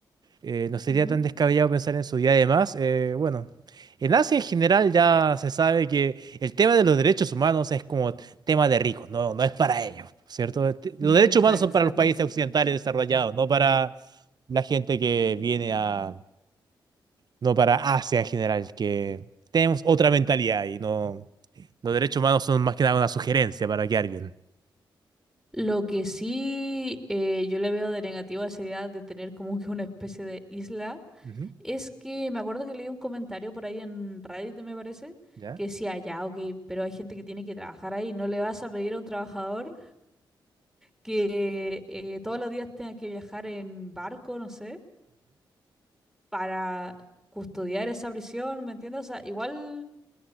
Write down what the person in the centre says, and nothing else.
Ujú.
<laughs> Exacto,
exacto.
Lo que sí eh, yo le veo de negativo a esa idea de tener como que una especie de isla
es que me acuerdo que leí un comentario por ahí en Reddit, me parece,
que decía, ya, ok, pero hay gente que tiene que trabajar ahí, no le vas a pedir a un trabajador. que eh, todos los días tenga que viajar en barco, no sé, para custodiar esa prisión, ¿me entiendes? O sea, igual,